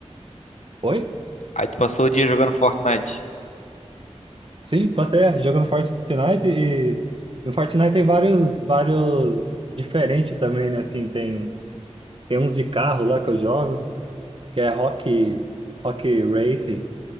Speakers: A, on the right; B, on the left.
A: Oi?
B: Aí tu passou o dia jogando Fortnite.
A: Sim, passei é, jogando Fortnite e no Fortnite tem vários, vários diferentes também, né? Assim, tem, tem uns de carro lá que eu jogo, que é Rock, Rock Racing.